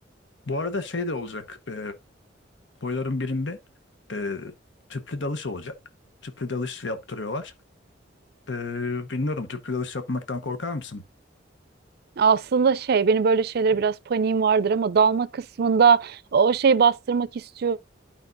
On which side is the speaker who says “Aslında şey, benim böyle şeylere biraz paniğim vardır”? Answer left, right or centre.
Right